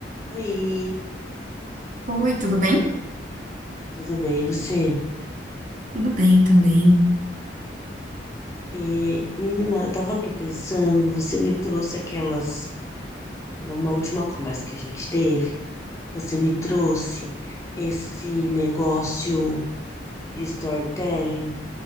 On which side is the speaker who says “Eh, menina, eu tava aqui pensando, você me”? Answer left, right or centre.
Left